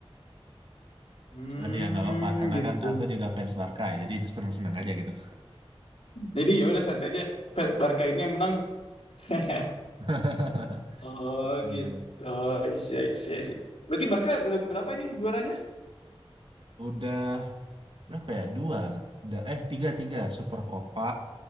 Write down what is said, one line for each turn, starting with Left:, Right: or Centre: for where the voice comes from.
Left: Hmm,
Right: Cuman ya nggak apa-apa karena
Left: gitu.
Right: kan aku juga fans Barca ya, jadi seneng-seneng aja gitu.
Left: Jadi ya udah santai aja. Fe- Barca ini yang menang. <laughs>
Right: <laughs>
Left: Oh, gitu.
Right: Betul.
Left: Oh, isi, isi, isi. Berarti Barca udah berapa ini juaranya?
Right: Udah berapa ya? Dua. Udah, eh, tiga, tiga. Super Copa,